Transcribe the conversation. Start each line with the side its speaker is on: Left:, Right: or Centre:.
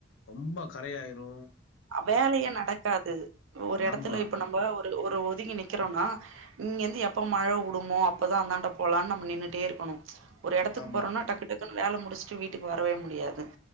Left: ரொம்ப கரையாயிரு
Right: வேலையே நடக்காது ஒரு இடத்துல
Left: ஆமா,
Right: இப்ப
Left: ம்.
Right: நம்ம ஒரு ஒரு ஒதுங்கி நிக்கிறோம்னா இங்கெந்து எப்ப மழ வுடுமோ அப்பதா அந்தாண்ட போலான் நம்ம நின்னுட்டே இருக்கணு ஒரு இடத்துக்கு
Left: ஆமா,
Right: போறோன்னா டக்கு டக்குன்னு வேல முடிச்ட்டு வீட்டுக்கு வரவே முடியாது